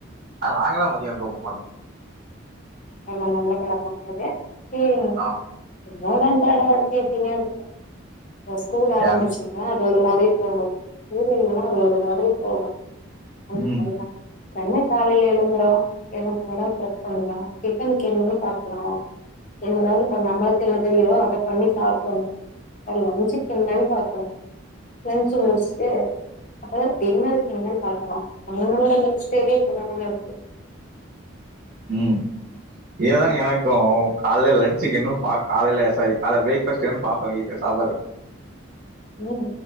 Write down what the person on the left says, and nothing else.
ஆமா நல்ல பழக்கம் அது உம்
நாடாம் பாடா வெத்தியுறுதினே இருக்கு இப்ப ஸ்கூல் ஆரம்புச்சுதுன்னா
அது ஒரு மா திரி போகோ ஸ்கூல் இல்ல ஒரு மாதிரி போகோம் ஆஹ்
சரிதான் இப்பென்ன காலையில எலும்புறோம் எலும்புனதோம் பிரஷ் பண்றே டிபன்னுக்கு என்னன்னு பாக்கனோ என்னதாவது பண்ணோ நம்மளுக்கு என்ன தெரியோ அத பண்ணி சாப்புடனோ அப்றோ லன்சுக்கு என்னனு பாக்கணோ லன்சு முடிச்சுட்டு அப்புறோ டின்னருக்கு என்னனு பாக்கனோ உங்களோட லஞ்ச் டைமே இப்டி தானங்க இருக்கு
உம்